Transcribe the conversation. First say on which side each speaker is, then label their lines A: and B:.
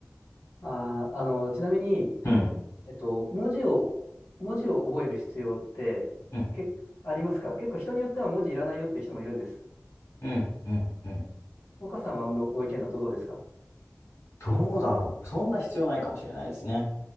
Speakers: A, on the left (about 80°); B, on the left (about 65°).
A: あー、あの、ちなみに、
B: うん、
A: えっと、文字を、文字を覚える必要って、
B: うん、
A: け、ありますか結構人によっては文字いらないよっていう人もいるんです。
B: うん、うん、うん。
A: 岡さんはのご意見だとどうですか
B: どうだろう。そんな必要ないかもしれないですね。